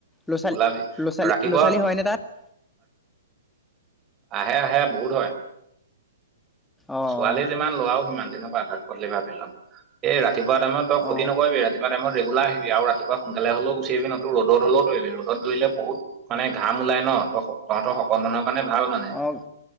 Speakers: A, in the centre; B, on the right.
A: ল' ছোৱালী,
B: ওলাবি
A: ল'ৰা ছোৱালী,
B: ৰাতিপুৱা
A: ল'ৰা ছোৱালী হয়নে তাত
B: আহে আহে বহুত হয়
A: অ',
B: ছোৱালী যিমান লৰাও সিমান দিনৰ পৰা আধাত পাত ভাবি লয় এই ৰাতিপুৱা টাইমত তই ক্ষতি
A: অ',
B: নকৰিবি ৰা। তিপোৱা টাইম ৰেগুলাৰ আহিবি পুৱা সোনকালে হলেও গুচি আহিবি ৰদ হলেও আহি ৰদত দৰিলে বহুত। মানে ঘাম ওলাই ন ত তহঁতৰ সকত মানুহ। মানে ভাল মানে
A: অ', অ',